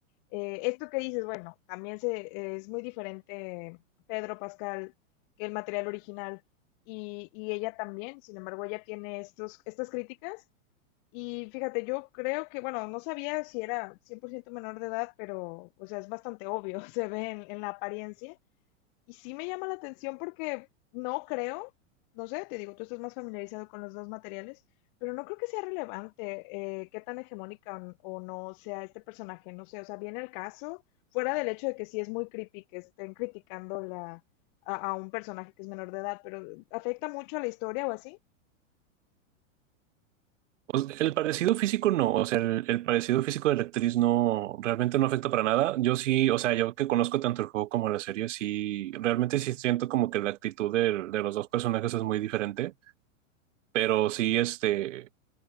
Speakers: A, on the left; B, on the right.
A: Eh, esto que dices, bueno, también se, es muy diferente Pedro Pascal que el material original y, y ella también, sin embargo, ella tiene estos, estas críticas. Y fíjate, yo creo que, bueno, no sabía si era 100% menor de edad, pero, o sea, es bastante obvio, <laughs> se ve en, en la apariencia. Y sí me llama la atención porque no creo, no sé, te digo, tú estás más familiarizado con los dos materiales, pero no creo que sea relevante eh, qué tan hegemónica o n- o no sea este personaje, no sé, o sea, viene el caso, fuera del hecho de que sí es muy creepy que estén criticando la, a, a un personaje que es menor de edad, pero ¿afecta mucho a la historia o así?
B: O sea, el parecido físico no, o sea, el, el parecido físico de la actriz no, realmente no afecta para nada. Yo sí, o sea, yo que conozco tanto el juego como la serie, sí, realmente sí siento como que la actitud del- de, los dos personajes es muy diferente, pero sí, este,